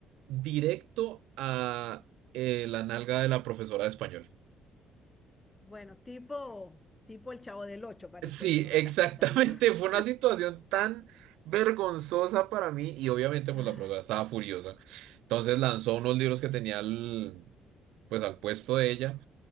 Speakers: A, on the right; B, on the left.
A: directo a eh, la nalga de la profesora de español.
B: Bueno, tipo, tipo el Chavo del Ocho parece
A: Sí,
B: esto que me
A: exactamente.
B: estás contando. <laughs>
A: <laughs> Fue una situación tan vergonzosa para mí y obviamente
B: Ah,
A: pues la profesora estaba furiosa. Entonces lanzó unos libros que tenía al, pues al puesto de ella